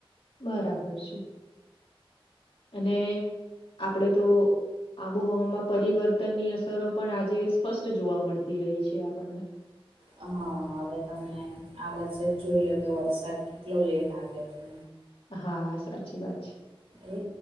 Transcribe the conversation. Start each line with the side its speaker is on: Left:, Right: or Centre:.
Left: બરાબર છે. અને આપણેે તો આબોહવામાં પરિવર્તન ની અસરો પણ આજે સ સ્પષ્ટ જોવા મળતી રહી છે આપણને.
Right: હા. હવે તમે આ વર્ષે જ જોઈ લો કે વરસાદ કેટલો લેટ આવ્યો છે.
Left: હા, સાચી વાત છે.
Right: એ